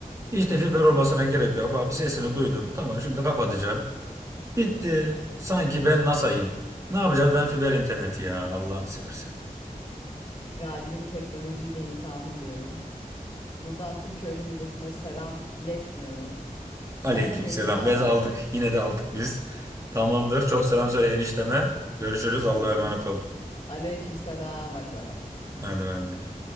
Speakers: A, on the right (about 20°); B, on the left (about 35°).
A: Hiç de fiber olmasına gerek yok. Bak bir sesini duydum. Tamam şimdi kapatacağım. Bitti. Sanki ben NASA'yım. Ne yapacağım ben fiber interneti ya Allah'ını seversen.
B: Galip'in teknolojiyle imtihanı diyorum. Buradan tüm köylü milletine selam iletmiyorum.
A: Aleyküm
B: Kendine
A: selam.
B: iyi davran.
A: Bez aldık. Yine de aldık biz. Tamamdır. Çok selam söyle enişteme. Görüşürüz.
B: Aleyküm.
A: Allah'a emanet ol.
B: Aleyküm selam. Hadi bay bay.
A: Hadi bay bay.